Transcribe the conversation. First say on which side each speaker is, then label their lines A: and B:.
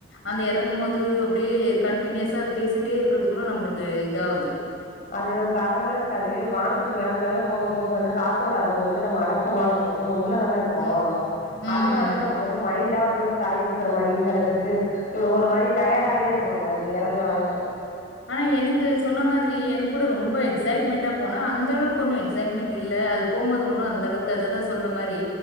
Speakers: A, on the left; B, on the left.
A: அந்த எறங்கும் போது அப்படியே கண்டனியூஸா அது பேசிட்டே இருக்கறது கூட நம்மளுக்கு இதாகுது
B: அது நமக்கு அதனால இருக்காது அது வானத்துக்கு மேல மேல போக போக காத்தோட அளவு வந்து நம்ம அடச்ச மாரி இருக்கும் நம்ம உள்ளதான இருக்கும்
A: ம். ம்,
B: அதனால
A: ம்,
B: நமக்கு
A: ம்.
B: வந்து மைல்டா வந்து ஒரு தலைய சுத்துற மாதிரி சில பேருக்கு சோ ஒரு மாதிரி டயர்டாவே இருக்கும் அது அது எறங்குற வரய்கும்
A: ஆனா எனக்கு சொன்ன மாதிரி எனக்கு கூட ரொம்ப எக்ஸைட்மெண்ட்டா போன அந்த அளவுக்கு ஒன்னு எக்ஸைட்மெண்ட் இல்ல அது போம்போது ஒன்னும் அந்த அளவுக்கு அததான் சொன்ன மாரி